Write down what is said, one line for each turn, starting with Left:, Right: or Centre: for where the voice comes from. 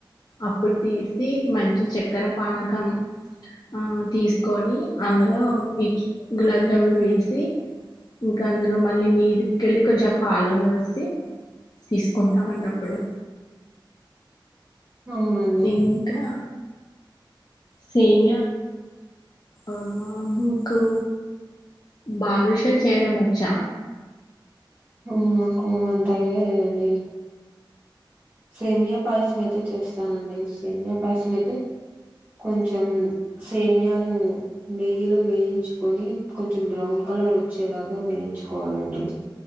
Left: అప్పుడు తీసి మంచి చె కర పానకం ఆ తీసుకొని అందులో ఇంచు గులాబ్ జములు వేసి ఇంకా అందులో మళ్ళీ మీదికెళ్ళి కొంచెం పాలు పోసి తీసుకుంటామండి అప్పుడు
Right: అవునండి
Left: ఇంకా సేమ్య ఆ మీకు బాదుష చేయడం వచ్చా?
Right: హ్మ్ నాకు అంత ఐడియా లేదండి సేమయా పాయసం అయితే చేస్తానండి సేమియా పాయసం అయితే కొంచెం సేమ్యాలు నెయ్యిలో వేయించుకొని కొంచెం బ్రౌన్ కలర్ వచ్చేలాగా వేయించుకోవాలండి.